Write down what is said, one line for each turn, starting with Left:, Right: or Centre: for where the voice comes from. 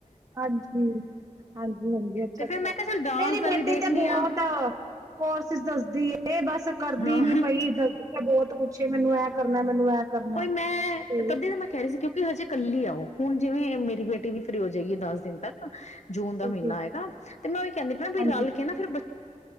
Right: ਹਾਂਜੀ ਹਾਂਜੀ ਹਾਂਜੀ। ਅੱਛਾ-
Left: ਤੇ ਫੇਰ
Right: ਅੱਛਾ।
Left: ਮੈਂ ਕਿਹਾ ਚੱਲ ਡਾਂਸ
Right: ਮੇਰੀ
Left: ਦਾ
Right: ਬੇਟੀ
Left: ਵੀ ਦੇਖਣੀ
Right: ਤੇ ਬਹੁਤ
Left: ਆ
Right: ਕੋਰਸਿਸ ਦੱਸਦੀ ਏ। ਬਸ ਕਰਦੀ
Left: ਹਾਂ
Right: ਨੀ ਪਈ ਦ ਬਹੁਤ ਕੁੱਛ ਏ, ਮੈਨੂੰ ਇਹ ਕਰਨਾ। ਮੈਨੂੰ ਐ ਕਰਨਾ
Left: ਉਈ ਮੈਂ
Right: ਤੇ
Left: ਤੱਦੀ ਤਾਂ ਮੈਂ ਕਹਿ ਰਹੀ ਸੀ ਕਿ ਉ ਕਿ, ਹਜੇ ਕੱਲੀ ਆ ਓ। ਹੁਣ ਜਿਵੇਂ ਮੇਰੀ ਬੇਟੀ ਵੀ ਫ੍ਰੀ ਹੋ ਜਾਏਗੀ ਦਸ ਦਿਨ ਤੱਕ। ਜੂਨ ਦਾ
Right: ਠੀਕ-ਠੀਕ
Left: ਮਹੀਨਾ ਹੈਗਾ ਤੇ, ਮੈਂ ਉਹੀ ਕਹਿੰਦੀ ਪੈ
Right: ਹਾਂਜੀ।
Left: ਰਲ ਕੇ ਨਾ ਫਿਰ